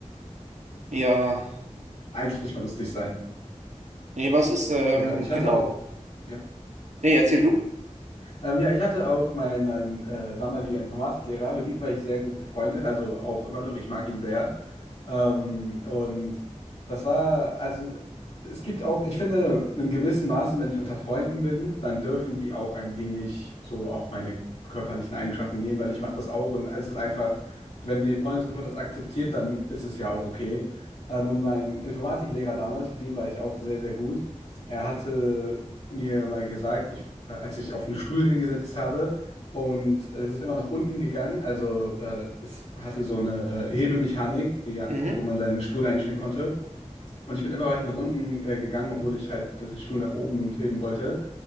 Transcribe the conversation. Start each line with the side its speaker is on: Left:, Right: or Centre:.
Right: Ja,
Left: eigentlich nicht mal lustig sein.
Right: nee, was ist, ähm,
Left: Ja, ich hatte
Right: genau.
Left: auch, ja.
Right: Nee, erzähl du.
Left: Ähm, ja, ich hatte auch meinen mein, äh, damaliger Informatiklehrer, mit ihm war ich sehr gut befreundet, also auch immer noch, ich mag ihn sehr. Ähm, und das war, also es gibt auch, ich finde, in gewissen Maßen, wenn ich unter Freunden bin, dann dürfen die auch ein wenig so auf meine körperlichen Eigenschaften gehen, weil ich mache das auch und es ist einfach, wenn die Freundesgruppe das akzeptiert, dann ist es ja auch okay. Ähm, und mein Informatiklehrer damals, mit dem war ich auch sehr, sehr gut. Er hatte mir mal gesagt, ich, äh, als ich auf einen Stuhl hingesetzt habe und es ist immer nach unten gegangen, also äh, es hatte so eine äh, Hebemechanik, die, ja-
Right: Mhm.
Left: wo man seinen Stuhl einstellen konnte. Und ich bin immer weiter nach unten äh, gegangen, obwohl ich halt den Stuhl nach oben heben wollte.